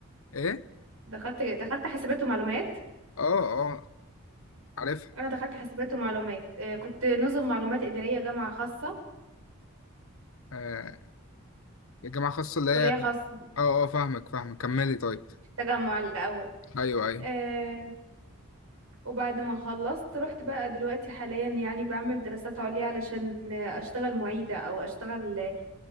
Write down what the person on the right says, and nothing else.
دخلت دخلت حاسبات ومعلومات
انا دخلت حاسبات ومعلومات آه، كنت نظم معلومات اداريه جامعه خاصه
كليه
خاصه
في التجمع الاول
آه، وبعد ما خلصت رحت بقى دلوقتي حاليا يعني بعمل دراسات عليا علشان اشتغل معيدة او اشتغل